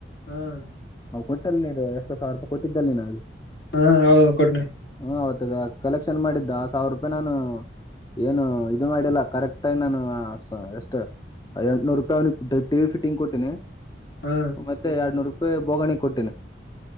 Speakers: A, on the left (about 80°); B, on the left (about 20°).
A: ಹ್ಮ್
B: ಹ ಕೊಟ್ಟಲ್ಲಿ ನೀವು ಎಷ್ಟುಾವಿ ರೂಪಾಯಿ ಕೊಟ್ಟಿದ್ದಲ್ಲಿ ನೀನ
A: ಹಾ ಹೌದೌದು ಕೊಡ್ನೆ
B: ಹ್ಮ್ ಹೌತದ ಕಲೆಕ್ಷನ್ ಮಾಡಿದ್ದ ಸಾವಿರ ರೂಪಾಯಿ ನಾನು ಏನು ಇದು ಮಾಡಿಲ್ಲ ಕರೆಕ್ಟ ಆಾಗಿಿ ನಾನು ಎಷ್ಟು ಎಂಟ್ನೂರು ರೂಪಾಯಿ್ ಟಿಗಿಟ ಫೈಟಿಂಗ್ ಕೊಟ್ಟತಿನಿ
A: ಹಾ
B: ಮತ್ತೆ ಎರಡ್ನೂರು ರೂಪಾಯಿ ಬೋಗಣಿ ಕೊಟ್ಟೇಿನ